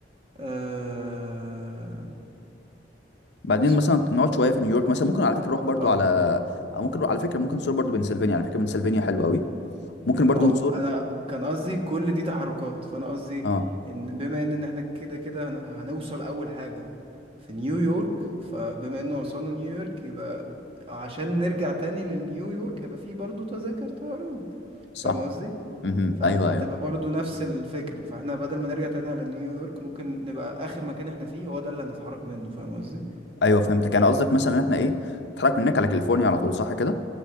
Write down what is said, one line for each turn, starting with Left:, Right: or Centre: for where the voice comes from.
Right: آه...
Left: بعدين
Right: بسم
Left: مثلا
Right: الله
Left: نقعد شويه في نيويورك مثلا ممكن على فكره نروح برضو
Right: اه
Left: على أو ممكن على فكره ممكن نزور برضو بنسلفانيا على فكره بنسلفانيا حلوه قوي ممكن برضو
Right: ما هو
Left: نزور
Right: انا كان قصدي كل دي تحركات فانا قصدي
Left: اه
Right: ان بما ان إن احنا كده كده هن... هنوصل اول حاجه في نيويورك فبما انه وصلنا نيويورك يبقى عشان نرجع تاني لنيويورك هيبقى فيه برضه تذاكر طيران
Left: صح
Right: فاهم قصدي
Left: امم
Right: فهتبقى
Left: ايوه ايوه
Right: برضو نفس الفكرة فاحنا بدل ما نرجع تاني على نيويورك ممكن نبقى آخر مكان احنا فيه هو ده اللي هنتحرك منه فاهم قصدي؟
Left: ايوه فهمتك انا قصدك مثلا ان احنا ايه نتحرك من هناك على كاليفورنيا على طول صح كده